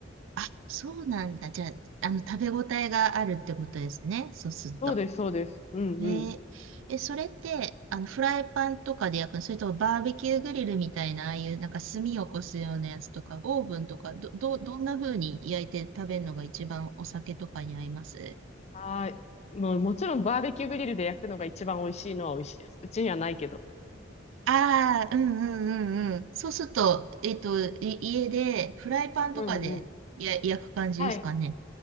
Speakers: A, on the right; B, on the left.
A: あ、そうなんだ。じゃあ、あの、食べ応えがあるってことですね、そうすると。
B: そうです、そうです。うんうん。
A: えー、え、それって、あの、フライパンとかで焼くのそれともバーベキューグリルみたいな、ああいうなんか炭を起こすようなやつとか、オーブンとか、ど、ど、どんな風に焼いて食べるのが一番お酒とかに合います
B: はい。もうもちろんバーベキューグリルで焼くのが一番美味しいのは美味しいです。うちにはないけど。
A: ああー、うんうんうんうん。そうすると、えっと、い家でフライパンとかでや焼く感じですかね。
B: うんうん。はい。